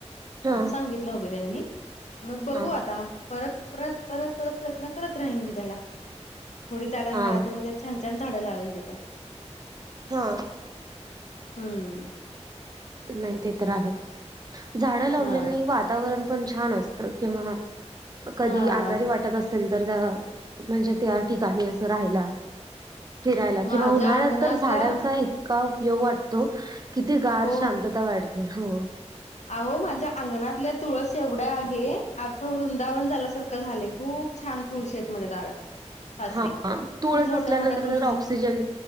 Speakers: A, on the right (about 35°); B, on the left (about 70°).
A: हा
B: असं सांगितलं होतं त्यांनी. मग बघू
A: हा
B: आता, परत परत परत परत प्रयत्न करत राहीन मी त्याला. थोडी जागा मिळालं
A: हा
B: तर मी त्यात छान छान झाडं लावेन तिथं.
A: हा.
B: हम्म.
A: नाही ते तर आहेच, झाडं लावल्याने
B: हा
A: वातावरण पण छान अस त किंवा कधी
B: हा
A: आजारी वाटत असेल तर अ म्हणजे त्या ठिकाणी असं राहायला. फिरायला
B: माझ्या
A: किंवा उन्हाळ्यात
B: अंगणातल्या
A: तर झाडांचा इतका उपयोग वाटतो, किती गार
B: हो
A: शांतता वाटते हो.
B: अहो माझ्या अंगणातल्या तुळस एवढ्या आहे, आख्खं वृंदावन झाल्यासारखं झालंय खूप छान तुळशी आहेत माझ्या दारात. सासरी
A: हा तुळस
B: खूप मोठ्या
A: असल्यानंतर
B: मोठ्या तुळशी
A: ऑक्सिजन